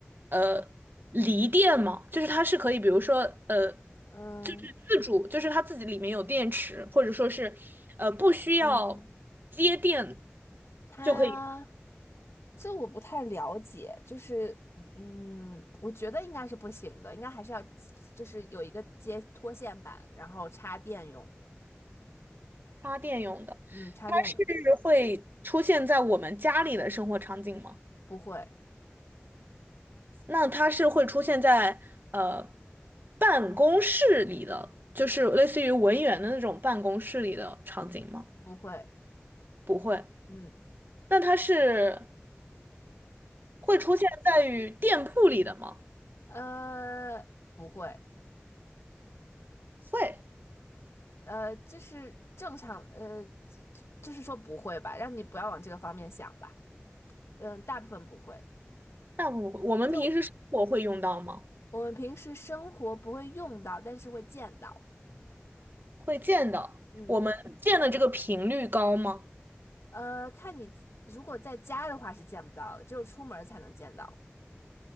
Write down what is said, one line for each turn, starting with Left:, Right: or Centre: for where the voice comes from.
Right: 呃离电吗？就是它是可以，比如说呃，
Left: 嗯。
Right: 就是自主，就是它自己里面有电池，或者说是呃不需要接电。
Left: 嗯，他
Right: 就可以。
Left: 这我不太了解，就是嗯，嗯我觉得应该是不行的，应该还是要就是有一个接拖线板，然后插电用的。
Right: 插电用的，
Left: 嗯，插电用
Right: 它是会出现在我们家里的生活场景吗？
Left: 不会
Right: 那它是会出现在呃办公室里的，就是类似于文员的那种办公室里的场景吗？
Left: 不会，
Right: 不会。
Left: 嗯
Right: 那它是会出现在于店铺里的吗？
Left: 呃不会
Right: 会。
Left: 呃，就是正常呃，就就就是说不会吧，让你不要往这个方面想吧。嗯，大部分不会，
Right: 那我我们平时生活会用到吗？
Left: 就我们平时生活不会用到，但是会见到。
Right: 会见到。
Left: 嗯。
Right: 我们见的这个频率高吗？
Left: 呃，看你自如果在家的话是见不到的，只有出门儿才能见到，